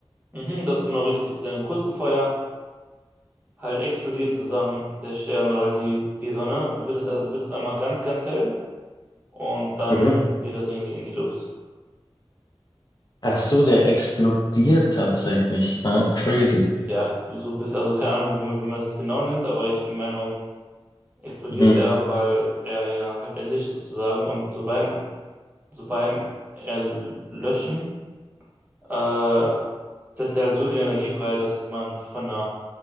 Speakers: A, on the right; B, on the left.
A: Mhm, das ist genau richtig. Denn kurz bevor er halt explodiert, sozusagen der Stern oder halt die, die Sonne, wird es, wird es einmal ganz, ganz hell. und dann
B: Mhm.
A: geht das Ding in die, in die Luft.
B: Ach so, der explodiert tatsächlich. Ah, crazy.
A: Ja, so bis, also keine Ahnung, wie, man- wie man das jetzt genau nennt, aber ich, in meinen Augen explodiert
B: Mhm.
A: er, weil er ja halt erlischt sozusagen und so beim, so beim Erlöschen, äh, setzt er halt so viel Energie frei, dass man von einer